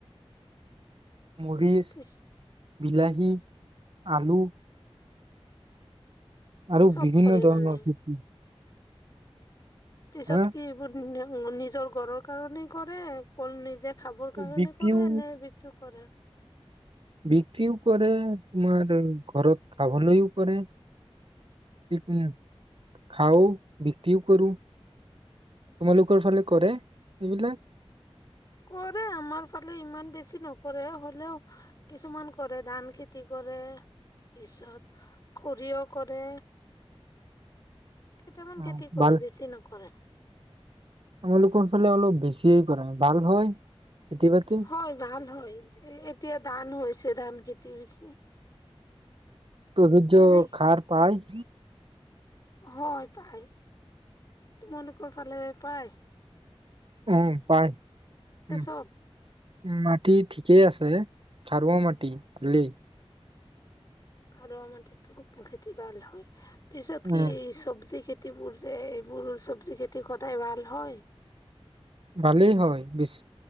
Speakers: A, on the right (about 60°); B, on the left (about 40°).
A: মৰিছ।
B: পিছ
A: বিলাহী, আলু। আৰু
B: চব
A: বিভিন্ন
B: কৰে
A: ধৰণৰ
B: মানে
A: খেতি।
B: পিছত
A: হা
B: কি এইবোৰ <unintelligible> নিজৰ ঘৰৰ কাৰণে কৰে <unintelligible> নিজে খাবৰ কাৰণে
A: বিক্ৰীও
B: কৰেনে বিক্ৰী কৰে?
A: বিক্ৰীয়ো কৰে, তোমাৰ ঘৰত খাবলেয়ো কৰে, <unintelligible> খাওঁ, বিক্ৰীয়ো কৰোঁ, তোমালোকৰ ফালে কৰে এইবিলাক?
B: কৰে আমাৰ ফালে ইমান বেছি নকৰে হলেওঁ কিছুমান কৰে ধান খেতি কৰে, পিছত সৰিয়হ কৰে। কেইটামান
A: অ
B: খেতি কৰে
A: ভাল
B: বেছি নকৰে।
A: আমালোকৰ ফালে অলপ বেছিয়ে কৰে ভাল হয় খেতি বাতি
B: হয়, ভাল হয়, এতিয়া ধান হৈ চে, ধান খেতিৰ হৈছে।
A: প্ৰযোজ্য
B: এনেই
A: খাৰ পাই।
B: হয়, পায়। তোমালোকৰ ফালে পায়?
A: উম, পায় উম,
B: চব
A: উম, মাটি ঠিকেই আছে। সাৰুৱা মাটি ভালেই।
B: খাৰুৱা মাটিত খুব খেটি ভাল হয়। পিছত
A: উম
B: কি ছবজী খে <unintelligible> যে, এইবোৰ চবজি খেতি সদায় ভাল হয়।
A: ভালেই হয়, বেচ